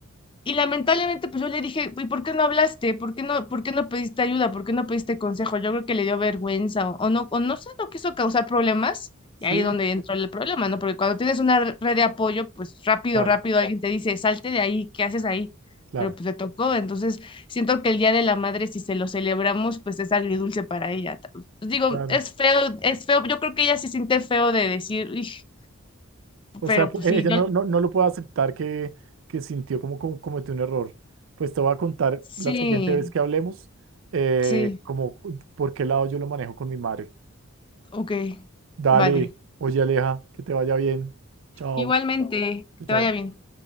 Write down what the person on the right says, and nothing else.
Sí,
claro,
claro,
claro.
O
sea, que
ella
no, no, no lo puede aceptar que, que sintió como, como cometió un error. Pues te voy a contar
la siguiente vez que hablemos, eh,
como por qué lado yo lo manejo con mi madre.
Dale,
oye Aleja, que te vaya bien. Chao,
chao.